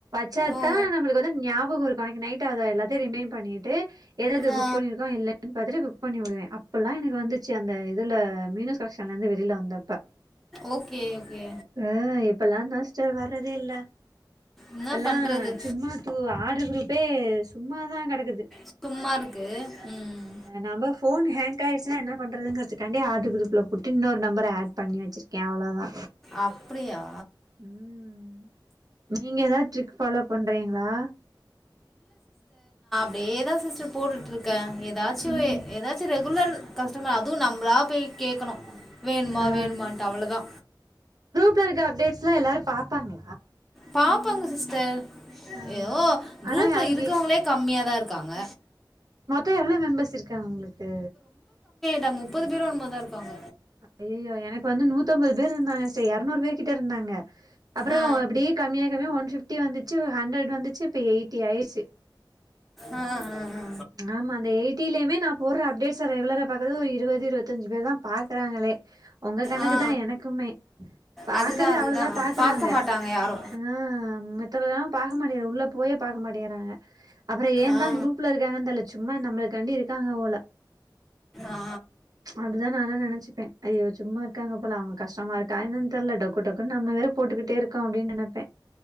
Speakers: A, on the right; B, in the centre.
A: வச்சாத்தா
B: ஓ
A: நம்மளுக்கு வந்து ஞாபகோ இருக்கு அன்னைக்கி நைட் அத எல்லாத்தையு ரிமைண்ட் பண்ணிட்டு எது எது
B: ஆ
A: புக் பண்ணிருக்கோ இல்லைன்னு பாத்துட்டு புக் பண்ணி விடுவே. அப்பல்லா எனக்கு வந்து ச்சு அந்த இதுல மீனாஸ் கலெஷன்ல இருந்து வெளியில வந்தப்ப.
B: ஓகே ஓகே
A: ஆ இப்பல்லாந்தா சிஸ்டர் வர்தே இல்ல.
B: என்ன
A: னா
B: பண்றது
A: சும்மா தூ ஆ ஆட்ரு குரூப்பே சும்மாதா கடக்குது
B: சும்மா இருக்கு ம்
A: ஆ நம்ப ஃபோன் ஹேங்க் ஆயிச்சுன்ன என்னா பண்றதுக்கான்டி ஆர்டரு குரூப்ல போட்டு இன்னொரு நம்பர் ஏட் பண்ணி வச்சிருக்கே அவ்ளோதா
B: அப்டியா
A: ம் நீங்க தா ஸ்ட்ரிக் ஃபாலோ பண்றீகளா
B: அதேதா சிஸ்டர் போட்டுட்டுருக் இருக்க ஏதாச்சு
A: ம்
B: ஏதாச்சு ரெகுலர் கஸ்டமர் அதுவு நம்பளா போய் கேட்கணு வேணுமா
A: ஆ
B: வேணுமான்ட்டு அவ்ளதா
A: ப்ல அப்டேட்ஸ்லா எல்லாரு பாப்பாங்கள
B: பாப்பாங்க சிஸ்டர்
A: ஆ
B: ஐயோ
A: ஆனா
B: குரூப்ல
A: யாரு
B: இருக்கிறவங்களே கம்மியாதா இருக்காங்க
A: மத்த எவ்ள மெம்பர்ஸ் இரு க்காங்களுக்கு
B: ட முப்பது பேரோ என்னமோ இருக்காங்க
A: ஐய்யோ எனக்கு வந்து நூத்தம்பது இருந்தாங்க சார் இருநூறு பேரு கிட்ட இருந்தாங்க அப்ற
B: ஆ
A: இப்டியே கம்மியா கம்மியா ஒன் பிப்டி வந்துச்சு ஆண்ரட் வந்துச்சு இப்போ எயிட்டி ஆயிச்சு
B: ஆ ஆ அ
A: ஆமா அந்த எயிட்டிலயுமே நா போடுற அப்டேட்ஸ ரெகுலரா பாக்றது ஒரு இருபது இருபத்தஞ்சு பேர் தா பாக்குறாங்களே உங்க கணக்கு
B: ஆ ஆ
A: தா எனக்குமே பாக்கறது
B: அதுதா அதுதா
A: அவ்ளோதா பாக்குறாங்க
B: பாக்க மாட்டாங்க யாரு
A: ஆ மத்தப பாக்கமாட்டிங்க உள்ள போயே பாக்க மாட்டேறாங்க அப்ற ஏன்
B: ஆ
A: தா குரூப்ல இருக் இருந்தாங்கன் தெர்ல சும்மா நம்மளுக்காண்டி இருக்காங்க ஓல
B: ஆ
A: ச் அப்டிதா நானு நெனச்சுப்பே ஐயோ சும்மா இருக்காங்க போல அவங்க கஷ்டமா இருக்கா என்னனு தெர்ல டொக்கு டொக்குன்னு நம்மவேற போட்டுக்கிட்டே இருக்கோ அப்டின் நெனப்பே